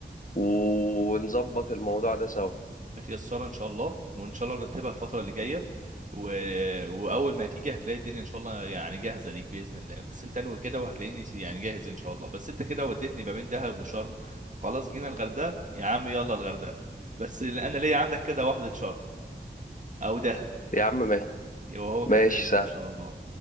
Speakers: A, on the left; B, on the right.
A: ونظبط الموضوع ده سوا
B: متيسرة إن شاء الله وإن شاء الله نرتبها الفترة اللي جاية و... وأول ما هتيجي هتلاقي الدنيا إن شاء الله يعني جاهزة ليك بإذن الله بس أنت أنوي كده وهتلاقيني س- يعني جاهز إن شاء الله بس أنت كده وديتني ما بين دهب وشرم خلاص جينا الغردقة يا عم يلا الغردقة بس أنا ليا عندك كده واحدة شرم أو دهب
A: يا عم ماشي
B: وهو
A: ماشي
B: كذلك
A: سهل
B: إن شاء الله